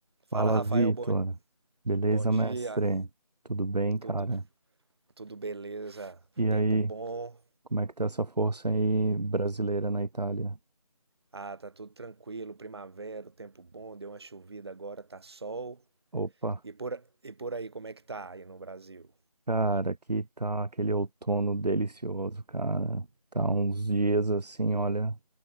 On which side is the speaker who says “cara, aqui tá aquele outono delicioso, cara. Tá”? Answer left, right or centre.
Right